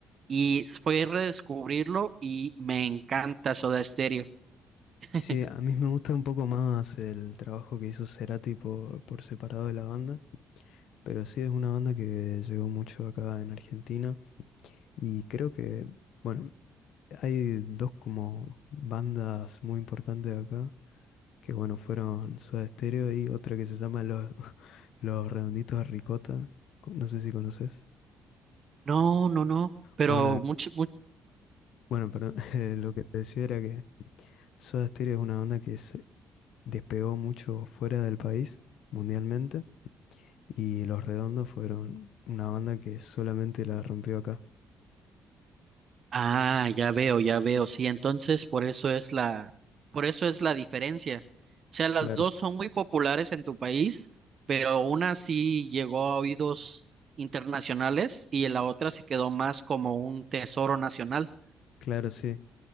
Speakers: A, on the right; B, on the left.
A: y fue redescubrirlo y me encanta Soda Stereo. <laughs>
B: Sí, a mí me gusta un poco más el trabajo que hizo Cerati por, por separado de la banda. Pero sí es una banda que llegó mucho acá en Argentina. Y creo que, bueno, hay dos como bandas muy importantes acá. que bueno, fueron Soda Stereo y otra que se llama Los, <laughs> Los Redonditos de Ricota, co- no sé si conoces.
A: No, no, no, pero
B: Bueno, el-
A: mucho, mucho,
B: bueno, perdón, <laughs> eh, lo que te decía era que Soda Stereo es una banda que se despegó mucho fuera del país, mundialmente, y Los Redondos fueron una banda que solamente la rompió acá.
A: Ah, ya veo, ya veo. Sí, entonces por eso es la, por eso es la diferencia. O sea, las
B: Claro,
A: dos son muy populares en tu país, pero una sí llegó a oídos internacionales y la otra se quedó más como un tesoro nacional.
B: claro, sí.